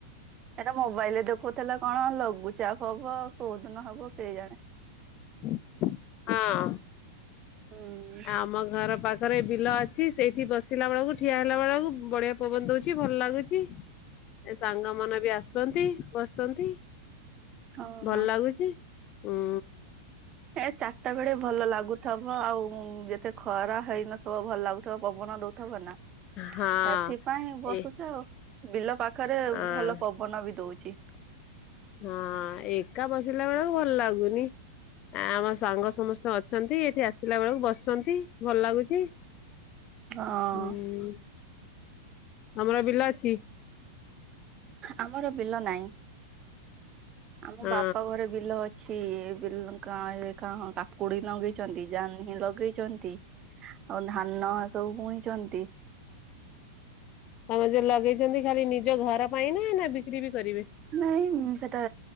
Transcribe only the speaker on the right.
ଏଇଟା ମୋବାଇଲ ରେ ଦେଖଉଥିଲା କଣ ଲଘୁଚାପ ହବ କୋଉ ଦିନ ହବ କେଇ ଜାଣି।
ହୁଁ
ଓହୋ
ଏ ଚାରିଟା ବେଳେ ଭଲ ଲାଗୁ ଥବ ଆଉ ଯେତେ ଖରା ହେଇନଥବ ଭଲ ଲାଗୁଥବ ପବନ ଦଉଥବ ନା।
ଏଥିପାଇଁ ବସୁଚ
ଆଉ। ବିଲ ପାଖରେ
ଭଲ ପବନ ବି ଦଉଚି।
ହଁ
ଆମର ବିଲ ନାହିଁ। ଆମ
ବାପା ଘର ବିଲ ଅ ଛି ବି ଗାଁ ରେ କା କାକୁଡି ଲଗେଇଚନ୍ତି ଜହ୍ନି ଲଗେଇଚନ୍ତି। ଆଉ ଧାନ ଏସବୁ ବୁଣିଛନ୍ତି।
ନାଇଁ ସେଟା